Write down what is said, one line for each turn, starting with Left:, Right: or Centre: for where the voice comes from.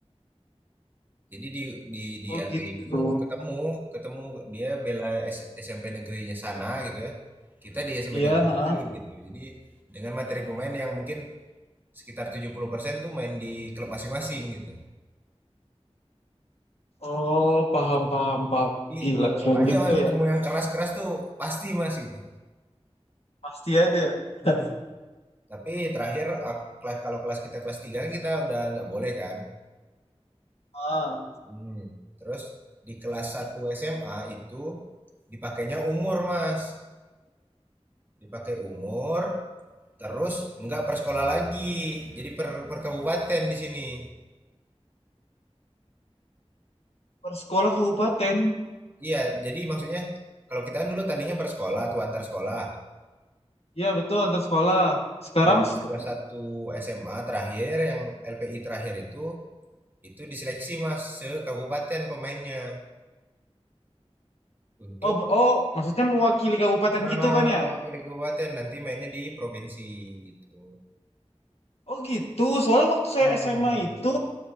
Right: jadi di di di
Left: Oh
Right: LPI
Left: gitu.
Right: itu ketemu ketemu dia bela S- SMP negerinya sana gitu ya kita di SMP
Left: Ya.
Right: negeri
Left: Ha?
Right: gitu jadi dengan materi pemain yang mungkin sekitar 70% tuh main di klub masing-masing gitu.
Left: Oh paham paham paham.
Right: Jadi
Left: Gila
Right: tetap
Left: keren
Right: aja
Left: juga
Right: mas ketemu
Left: ya.
Right: yang keras-keras tuh pasti mas gitu.
Left: Pasti ada ya.
Right: Hmm.
Left: <laughs>
Right: Tapi terakhir ak- kelas kalau kelas kita kelas 3 kan kita udah nggak boleh kan.
Left: Ah,
Right: Hmm. Terus di kelas 1 SMA itu dipakainya umur mas. Dipakai umur terus nggak per sekolah lagi. Jadi per, per kabupaten di sini.
Left: per sekolah kabupaten.
Right: Iya jadi maksudnya kalau kita kan dulu tandingnya per sekolah tuh antar sekolah.
Left: Ya betul antar sekolah. Sekarang
Right: Kalau pas
Left: sek-
Right: kelas 1 SMA terakhir yang LPI terakhir itu itu diseleksi Mas se kabupaten pemainnya untuk
Left: oh, b- oh maksudnya mewakili kabupaten
Right: ah,
Left: gitu kan ya?
Right: mewakili kabupaten nanti mainnya di provinsi gitu.
Left: Oh gitu, soalnya waktu saya
Right: Oh.
Left: SMA itu